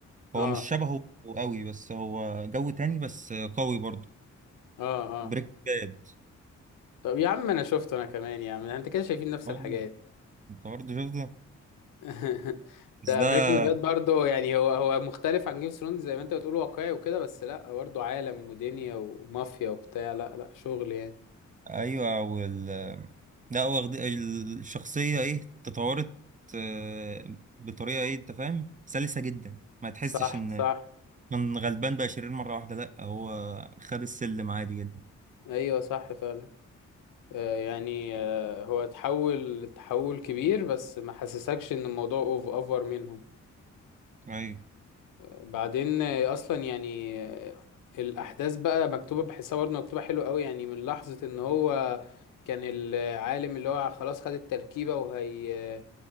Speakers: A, on the left; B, on the right.
A: اه
B: هو مش شبهه قوي بس هو جو تاني بس قوي برضه
A: اه اه
B: بريك باد.
A: طب يا عم انا شفته انا كمان يا عم انت كده شايفين نفس
B: برضه
A: الحاجات
B: انت برضه شفته ده
A: <laughs>
B: بس
A: ده
B: ده
A: بريكنج باد برضه يعني هو هو مختلف عن جيم اوف ثرونز زي ما انت بتقول واقعي وكده بس لا برضه عالم ودنيا ومافيا وبتاع لا لا شغل يعني
B: ايوه وال لا هو واخد الشخصيه ايه تطورت آه، بطريقه ايه انت فاهم سلسه جدا ما تحسش
A: صح
B: ان
A: صح
B: من غلبان بقى شرير مره واحده لا هو خد السلم عادي جدا
A: ايوه صح فعلا آه، يعني آه، هو تحول تحول كبير بس ما حسسكش ان الموضوع اوف اوفر منهم
B: ايوه
A: آه، بعدين آه، اصلا يعني آه، الاحداث بقى مكتوبه بحسها برضه مكتوبه حلو قوي يعني من لحظه ان هو كان العالم اللي هو خلاص خد التركيبه وهي آه،